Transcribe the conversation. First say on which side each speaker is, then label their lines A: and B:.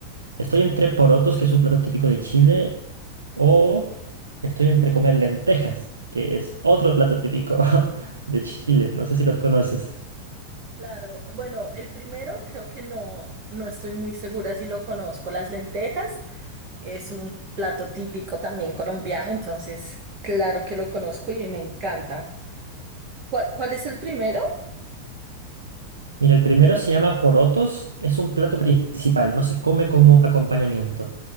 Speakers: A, on the right; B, on the right.
A: Estoy entre porotos, que es un plato típico de Chile, o estoy entre comer lentejas, que es otro plato típico <laughs>
B: <laughs>
A: de Chile. No sé si los conoces.
B: Claro, bueno, el primero creo que no, no estoy muy segura si lo conozco. Las lentejas es un plato típico también colombiano, entonces claro que lo conozco y me encanta. ¿Cuál, cuál es el primero?
A: Mira, el primero se llama porotos, es un plato principal, no se come como acompañamiento.